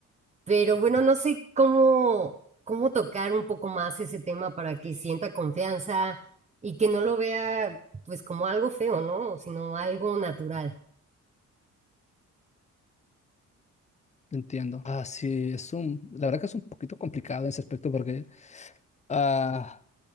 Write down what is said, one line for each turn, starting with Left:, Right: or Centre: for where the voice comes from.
Right: pero bueno, no sé cómo, cómo tocar un poco más ese tema para que sienta confianza y que no lo vea pues como algo feo, ¿no? Sino algo natural.
Left: entiendo. Ah, sí, es un, la verdad que es un poquito complicado en ese aspecto porque ah,